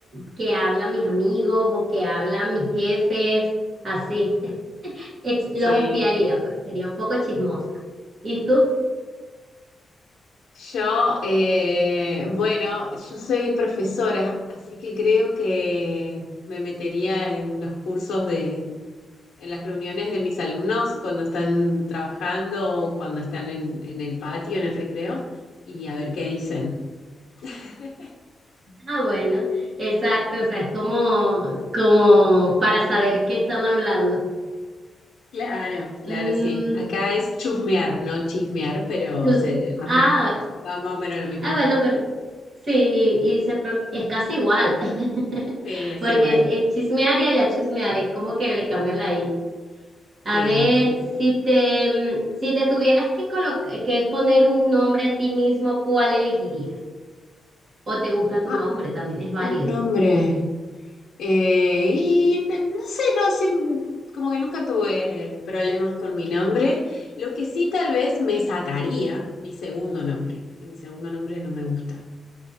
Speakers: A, on the right; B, on the left.
A: qué hablan mis amigos o qué hablan mis jefes, así. <laughs> Ex-
B: Sí.
A: Los espiaría, pues, sería un poco chismosa. ¿Y tú?
B: Yo, eh, bueno, yo soy profesora, así que creo que me metería en los cursos de, en las reuniones de mis alumnos cuando están trabajando o cuando están en, en el patio, en el recreo, y a ver qué dicen. <laughs>
A: Ah, bueno, exacto, o sea, es como, como para saber qué están hablando.
B: Claro, claro,
A: Mm,
B: sí. Acá es chusmear, no chismear, pero
A: tus-
B: se, más,
A: ah,
B: o- va más o menos lo mismo.
A: ah, bueno, pero sí, y, y se pro- es casi igual, <laughs>
B: Sí, es
A: porque
B: igual.
A: es, es chismear y allá chismear, es como que le cambio la I. A
B: Sí,
A: ver,
B: sí, sí.
A: si te, mm, si te tuvieras que, colo- que poner un nombre a ti mismo, ¿cuál elegirías? ¿O te gusta tu
B: Ah,
A: nombre? También es válido.
B: un nombre. Eh, y no no sé, no sé, mm, como que nunca tuve problemas con mi nombre. Lo que sí tal vez me sacaría mi segundo nombre, que mi segundo nombre no me gusta.